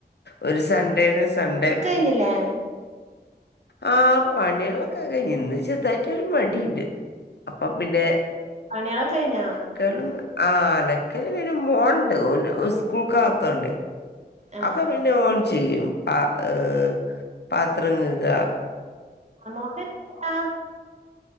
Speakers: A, on the left (about 75°); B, on the right (about 40°).
A: ഒരൂ സൺഡേ സൺഡേ.
B: ട്ടിലെ.
A: ആ പണിയാളൊക്കെക്കയ്ഞ്ഞ് ഇന്ന് ചെർതായിട്ടൊരു മടിണ്ട്. അപ്പ പിന്നെ.
B: പണിയള് കഴിഞ്ഞാ.
A: ക്കൾ ആ അലക്കൽ പിന്നെ മോണ്ട്ഓല് ഉസ്കൂൾക്കാകത്തൊണ്ടെ.
B: ആഹ്
A: അയൊക്കെ പിന്നെ ഓൻ ചെയ്യും പത് ഏ പാത്രം കെഗാ.
B: ആഹ് മോമെന്‍ ആ